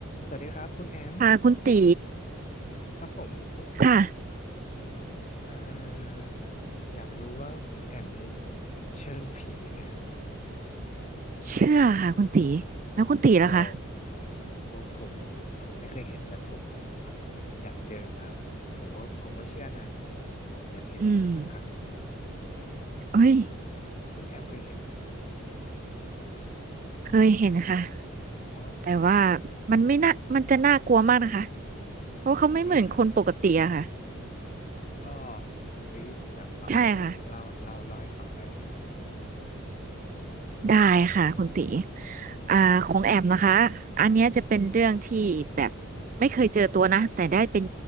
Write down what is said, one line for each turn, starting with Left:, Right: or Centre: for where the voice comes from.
Left: สวัสดีครับคุณแอม
Right: ค่ะคุณตี
Left: ครับผมคือผม
Right: ค่ะ
Left: เอ่ออยากรู้ว่าคุณแอมนี่เชื่อเรื่องผีไหมฮะ
Right: เชื่อค่ะคุณตีแล้วคุณตีล่ะคะ
Left: โอ้โอ้ผมผมไม่เคยเห็นแต่ผมอยากเจอมากผมผมก็ผมก็เชื่อนะแต่ผมอยากเห็นสักครั้งจริง
Right: อืมเอ้ย
Left: ๆคุณคุณแอมเคยเห็นไหมฮะ
Right: เคยเห็นค่ะ
Left: ฮะ
Right: แต่ว่ามันไม่น่ามันจะน่ากลัวมากนะคะเพราะเขาไม่เหมือนคนปกติอะค่ะ
Left: วิครันล่อวิผมอยากฟังจังเลยเล่าเล่าเล่าให้ฟังได้ไหมฮะ
Right: ใช่ค่ะได้ค่ะคุณตีอ่าของแอมนะคะอันเนี้ยจะเป็นเรื่องที่แบบไม่เคยเจอตัวนะแต่ได้เป็น